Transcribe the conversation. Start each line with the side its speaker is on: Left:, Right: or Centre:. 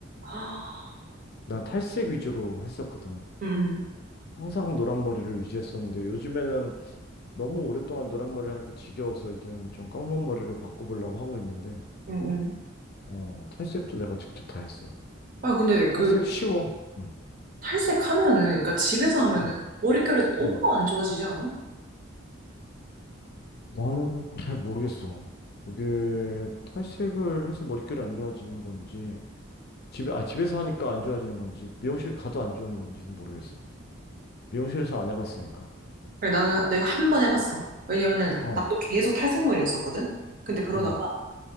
Right: 아,
Left: 난 탈색 위주로 했었거든.
Right: 응,
Left: 항상 노란 머리를 유지했었는데 요즘에는 너무 오랫동안 노란 머리를 하니까 지겨워서 이제는 좀 검은 머리로 바꿔보려고 하고 있는데
Right: 응, 응. 응.
Left: 어, 탈색도 내가 직접 다 했어.
Right: 아, 근데
Left: 탈색
Right: 그
Left: 쉬워. 응.
Right: 탈색하면은, 그러니까 집에서 하면은
Left: 응.
Right: 머릿결이 너무
Left: 응.
Right: 안 좋아지지 않아?
Left: 나는 잘 모르겠어. 그게 탈색을 해서 머릿결이 안 좋아지는 건지 집에 아 집에서 하니까 안 좋아지는 건지 미용실 가도 안 좋은 건지는 모르겠어. 미용실에서 안 해봤으니까.
Right: 그래, 나는 내가 한 번 해봤어. 왜냐면은
Left: 어.
Right: 나도 계속 탈색머리였었거든? 근데 그러다가
Left: 응.